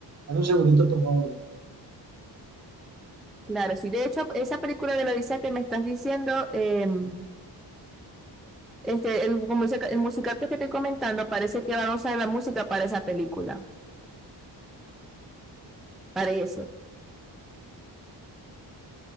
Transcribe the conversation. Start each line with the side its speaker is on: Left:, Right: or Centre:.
Right: Dame un segundito, por favor.
Centre: claro. Sí, de hecho, esa película de la Odisea que me estás diciendo, em, Este, el, como dice- el musical que te estoy comentando, parece que van a usar la música para esa película. Parece.